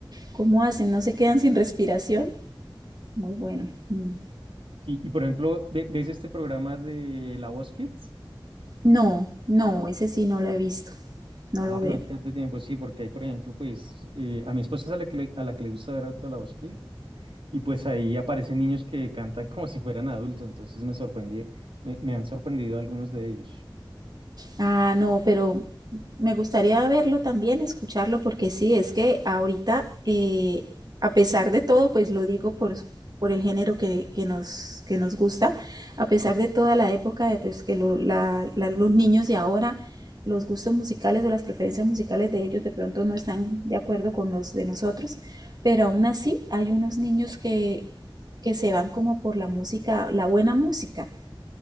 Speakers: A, on the right (about 50°); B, on the right (about 80°).
A: ¿cómo hacen? ¿No se quedan sin respiración? Muy bueno. Mm.
B: Sí, y por ejemplo, ve- ¿ves este programa de La Voz Kids?
A: No, no, ese sí no lo he visto. No
B: Ah,
A: lo veo.
B: no te de tiempo, sí, porque hay, por ejemplo, pues eh, a mi esposa es a la que le, a la que le gusta ver harto la Kids y pues ahí aparecen niños que cantan <laughs> como si fueran adultos, entonces me sorprendí, me, me han sorprendido algunos de ellos.
A: Ah, no, pero me gustaría verlo también, escucharlo, porque sí, es que ahorita, eh, a pesar de todo, pues lo digo por, por el género que, que nos, que nos gusta, a pesar de toda la época, de, pues que lo- la- la- los niños de ahora, los gustos musicales o las preferencias musicales de ellos de pronto no están de acuerdo con los de nosotros, pero aún así hay unos niños que, que se van como por la música, la buena música.